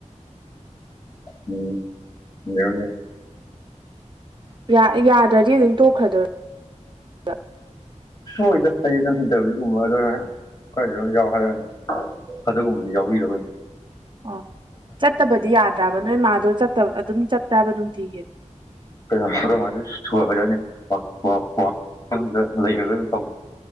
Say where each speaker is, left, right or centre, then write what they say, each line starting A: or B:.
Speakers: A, on the left; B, on the right.
A: ꯎꯝ ꯌꯦꯡꯉꯣ ꯌꯦꯡꯉꯣ
B: ꯌꯥ ꯌꯥꯗ꯭ꯔꯗꯤ ꯑꯗꯨꯝ ꯇꯣꯛꯈ꯭ꯔꯗꯣꯏ ꯔ
A: ꯍꯣꯏꯗ ꯑꯩꯗꯤ ꯅꯪ ꯢꯟꯇꯔꯕ꯭ꯌꯤꯒꯨꯝꯕꯗ ꯑꯣꯏꯅ ꯈꯔꯗꯤ ꯑꯗꯨꯝ ꯌꯥꯎ ꯍꯥꯏꯔꯛꯑꯅꯤ ꯑꯗꯨꯒꯨꯝꯕꯗꯤ ꯌꯥꯎꯕꯤꯗꯕꯩꯅꯦ
B: ꯑꯣ ꯆꯠꯇꯕꯗꯤ ꯌꯥꯗ꯭ꯔꯕ ꯅꯣꯏ ꯃꯥꯗꯣ ꯆꯠꯇ ꯑꯗꯨꯝ ꯆꯠꯄꯔꯕ ꯅꯨꯡꯇꯤꯒꯤ
A: ꯀꯩꯅꯣ ꯑꯩꯈꯣꯏ ꯃꯥꯗꯤ ꯁꯨꯄꯔꯚꯥꯢꯖꯔ ꯅꯤ ꯋꯛ ꯋꯥ ꯋꯥ ꯌꯨꯝꯗ ꯂꯩꯔꯕꯩ ꯃꯇꯝ